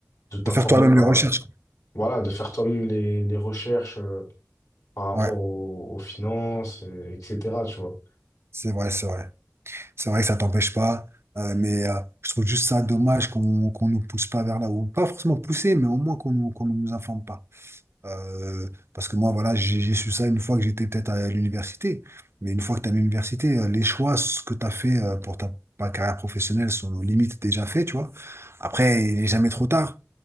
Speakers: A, on the left; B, on the right.
A: de t'informer
B: De faire toi-même
A: par,
B: les recherches. quoi.
A: voilà, de faire toi-même les, les recherches euh, par rapport
B: Ouais,
A: aux, aux finances, et- etc., tu vois.
B: c'est vrai, c'est vrai. C'est vrai que ça t'empêche pas, euh, mais euh, je trouve juste ça dommage qu'on qu'on nous pousse pas vers là, ou pas forcément pousser, mais au moins qu'on nous- qu'on ne nous informe pas. Euh, parce que moi, voilà, j'ai j'ai su ça une fois que j'étais peut-être à l'université, mais une fois que tu es à l'université, euh, les choix ce que tu as fait euh, pour ta, ta carrière professionnelle sont limites déjà faits, tu vois. Après, il n'est jamais trop tard,